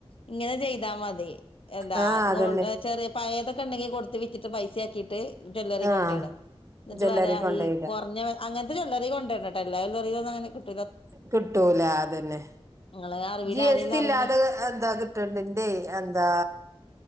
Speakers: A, on the left; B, on the right.
A: ഇങ്ങനെ ചെയ്താ മതി എന്താ
B: ആ
A: <unintelligible>
B: അതന്നെ
A: പയതൊക്കെണ്ടെിൽ കൊടുത്ത് വറ്റിട്ട് പൈസ ആക്കിയിട്ട് ജ്വല്ലറി
B: ആഹ്
A: കൊണ്ടയ്ട എന്നിട്ട്
B: ജ്വല്ലറി
A: പറയാ
B: കൊണ്ടോയിടാ
A: ഈ കുറഞ്ഞ അങ്ങനത്തെ ജ്വല്ലറി കൊണ്ട <unintelligible>
B: കിട്ടൂല അതന്നെ
A: ഇങ്ങളെ അറിവിൽ
B: ജി
A: ആരേലും
B: സ് ടി ഇല്ലാതെ
A: അറിയണ
B: എന്താ കിട്ടണ്ടേ ന്തേ എന്താ